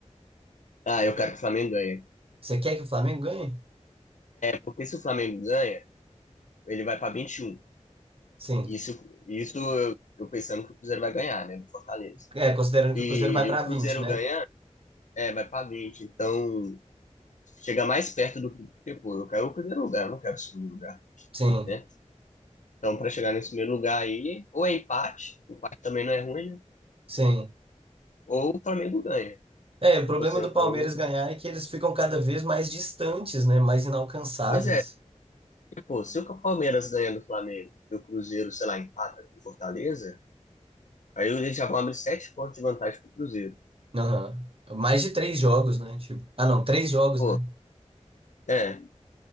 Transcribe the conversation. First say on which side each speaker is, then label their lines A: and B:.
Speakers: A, on the left (about 80°); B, on the right (about 50°).
A: Ah, eu quero que o Flamengo ganhe.
B: Você quer que o Flamengo ganhe?
A: Porque se o Flamengo ganha, ele vai para 21.
B: Sim.
A: Isso, isso eu, eu pensando que o Cruzeiro vai ganhar, né? Do Fortaleza.
B: É, considerando
A: E
B: que o Cruzeiro vai pra
A: o Cruzeiro
B: vinte, né?
A: ganha, é, vai para 20. Então, chega mais perto do que, pô, eu quero o primeiro lugar, eu não quero o segundo lugar,
B: Sim,
A: né? Então, para chegar nesse primeiro lugar aí, ou é empate, empate também não é ruim, né?
B: sim.
A: Ou o Flamengo ganha.
B: É, o problema
A: Eu tô sendo
B: do Palmeiras
A: para um.
B: ganhar é que eles ficam cada vez mais distantes, né? Mais inalcançáveis.
A: Pois é, porque, pô, se o Palmeiras ganha do Flamengo e o Cruzeiro, sei lá, empata com o Fortaleza, aí eles já vão abrir sete pontos de vantagem pro Cruzeiro.
B: Aham. Mais de três jogos, né? Tipo, ah, não, três jogos,
A: Pô,
B: né?
A: é,